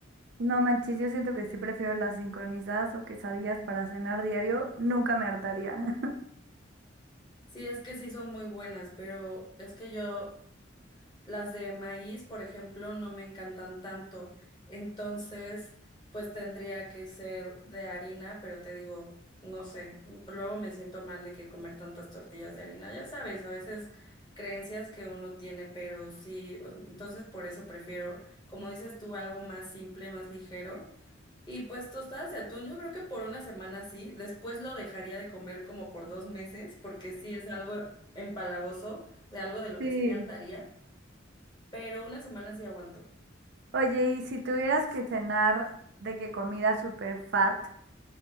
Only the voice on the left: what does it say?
Sí, es que sí son muy buenas, pero es que yo Las de maíz, por ejemplo, no me encantan tanto. Entonces, pues tendría que ser de harina, pero te digo, no sé, m- luego me siento mal de que comer tantas tortillas de harina. Ya sabes, a veces creencias que uno tiene, pero sí, o- entonces por eso prefiero, como dices tú, algo más simple, más ligero. Y pues tostadas de atún, yo creo que por una semana sí, después lo dejaría de comer como por dos meses, porque sí es algo empalagoso, de algo de lo
que sí me hartaría pero una semana sí aguanto.